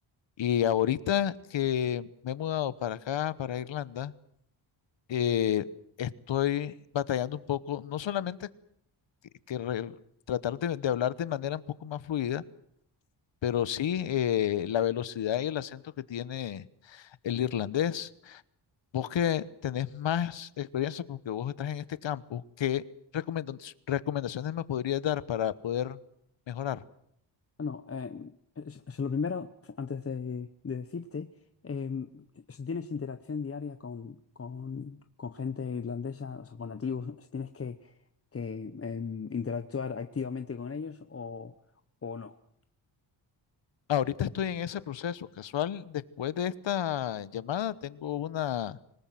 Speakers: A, on the left (about 65°); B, on the left (about 30°).
A: Y ahorita que me he mudado para acá, para Irlanda, eh, estoy batallando un poco, no solamente que re- tratar de, de hablar de manera un poco más fluida, pero sí eh, la velocidad y el acento que tiene el irlandés. Vos que tenés más experiencia porque vos estás en este campo, ¿qué recomenda- recomendaciones me podrías dar para poder mejorar?
B: Bueno, eh, es- es lo primero, antes de, de decirte, eh, si tienes interacción diaria con, con, con gente irlandesa, o sea, con nativos, si tienes que, que, em, interactuar activamente con ellos o, o no.
A: Ahorita estoy en ese proceso casual. Después de esta llamada tengo una